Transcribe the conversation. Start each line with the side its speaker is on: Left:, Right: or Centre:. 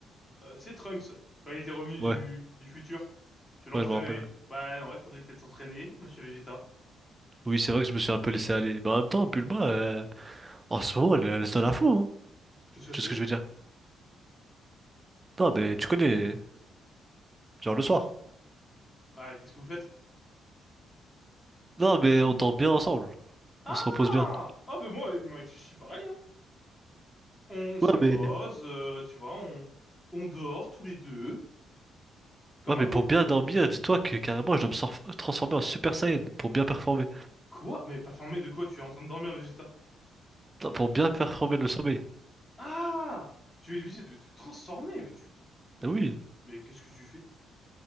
Left: euh, c'est Trunks. Quand il était revenu
Right: Ouais,
Left: du, du futur, tu l'entraînais.
Right: ouais, je me rappelle. ouais.
Left: Bah, non, il faudrait peut-être s'entraîner, monsieur Vegeta.
Right: Oui, c'est vrai que je me suis un peu laissé aller. Mais en même temps, Bulma, euh, en ce moment, elle, elle se donne à fond, hein.
Left: Qu'est-ce que
Right: Tu
Left: tu
Right: sais
Left: fais?
Right: ce que je veux dire. Non mais tu connais, genre le soir.
Left: Ah, qu'est-ce que vous faites?
Right: Non mais on dort bien ensemble,
Left: Ah!
Right: on se repose bien.
Left: Ah, ben moi, avec, moi, avec Chichi, pareil, hein. On, on se
Right: Ouais
Left: repose,
Right: mais...
Left: euh, tu vois, on, on dort tous les deux. Comme
Right: Ouais
Left: un
Right: mais
Left: couple,
Right: pour bien
Left: quoi.
Right: dormir, dis-toi que carrément je dois me sorf- transformer en Super Saiyan pour bien performer.
Left: Quoi? Mais performer de quoi? Tu es en train de dormir, Vegeta?
Right: Non, pour bien performer le sommeil.
Left: Ah! Tu es obligé de te transformer, mais tu... Mais,
Right: Ah oui,
Left: de- mais qu'est-ce que tu fais?